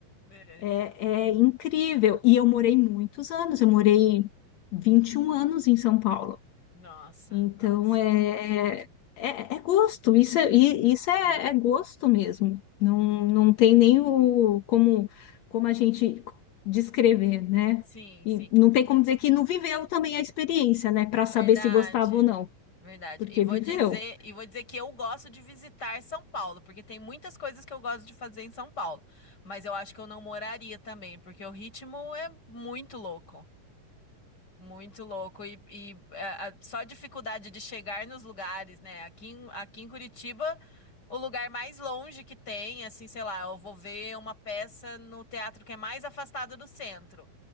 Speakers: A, on the left; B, on the left.
A: É.
B: É,
A: Hum,
B: é incrível. E eu morei
A: Uhum.
B: muitos anos, eu morei 21 anos em São Paulo.
A: Nossa,
B: Então,
A: nossa.
B: é, é, é é gosto, isso é, e- isso é,
A: Uhum.
B: é gosto mesmo. Não,
A: Uhum.
B: não tem nem o, como, como a gente descrever, né?
A: Sim,
B: E
A: sim.
B: não tem como dizer que não viveu também a experiência, né? Para
A: Verdade.
B: saber se gostava ou não,
A: Verdade.
B: porque
A: E vou
B: viveu.
A: dizer, e vou dizer que eu gosto de visitar São Paulo, porque tem muitas coisas que eu gosto de fazer em São Paulo, mas eu acho que eu não moraria também, porque o ritmo é muito louco. Muito louco. E, e, é, a- só a dificuldade de chegar nos lugares, né? Aqui, em- aqui em Curitiba, o lugar mais longe que tem, assim, sei lá, eu vou ver uma peça no teatro que é mais afastado do centro.